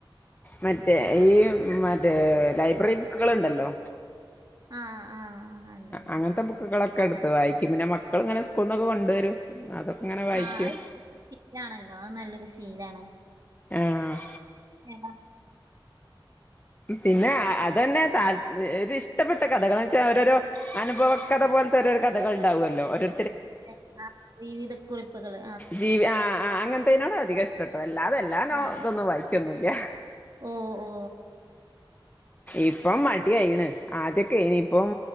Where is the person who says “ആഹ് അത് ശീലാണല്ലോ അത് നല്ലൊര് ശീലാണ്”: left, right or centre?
Right